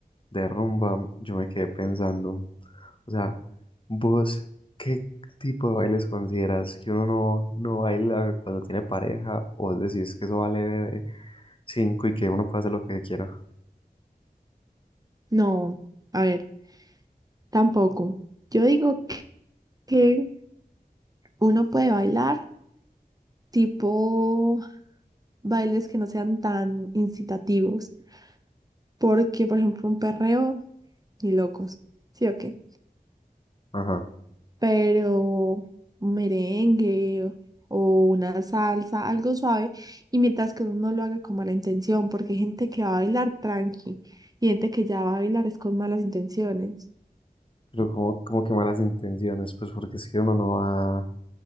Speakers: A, on the left (about 35°); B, on the right (about 25°).
A: de rumba, yo me quedé pensando. O sea, vos, ¿qué tipo de bailes consideras que uno no, no baila cuando tiene pareja? O vos decís que eso vale eh, cinco y que uno puede hacer lo que quiera.
B: No, a ver, tampoco. Yo digo que uno puede bailar tipo bailes que no sean tan incitativos, porque, por ejemplo, un perreo, ni locos. ¿Sí o qué?
A: ajá
B: pero un merengue o, o una salsa, algo suave, y mientras que uno no lo haga con mala intención, porque hay gente que va a bailar tranqui y gente que ya va a bailar es con malas intenciones.
A: Pero como, como que malas intenciones, pues porque es que uno no va,